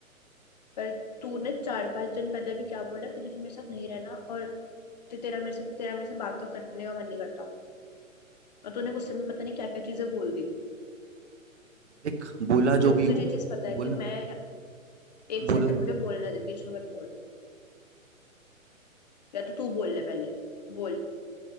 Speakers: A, on the left (about 30°); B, on the right (about 55°).
A: पर तूने चार पांच दिन पहले भी क्या बोला कि तुझे मेरे साथ नहीं रहना और ते तेरा मेरे से तेरा मेरे से बात तक करने का मन नहीं करता और तूने गुस्से में पता नहीं क्या क्या चीजें बोल दी
B: देख बोला
A: जो
B: जो
A: कि
B: भी हो
A: तुझे चीज पता है
B: बोला
A: कि मैं एक
B: बोला
A: सेकंड मुझे बोलने दे बीच में मत बोल या तो तू बोल ले पहले बोल